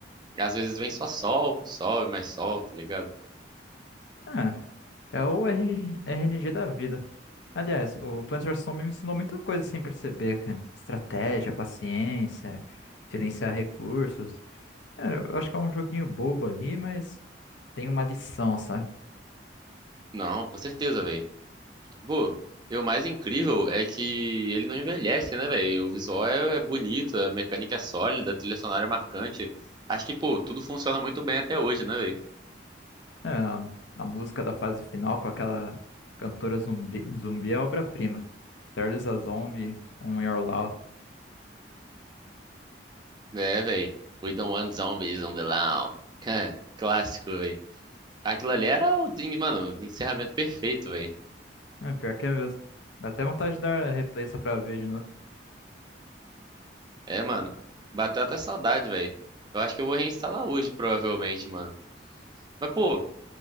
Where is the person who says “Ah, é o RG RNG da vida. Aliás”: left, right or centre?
Left